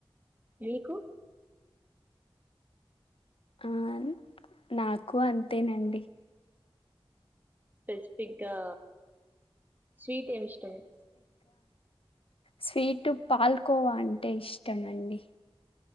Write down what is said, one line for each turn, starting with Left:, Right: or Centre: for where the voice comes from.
Right: మీకు
Left: ఆ నాకు అంతేనండి
Right: స్పెసిఫిక్ గా స్వీట్ ఏమి ఇష్టం
Left: స్వీటు పాల్కోవా అంటే ఇష్టమండి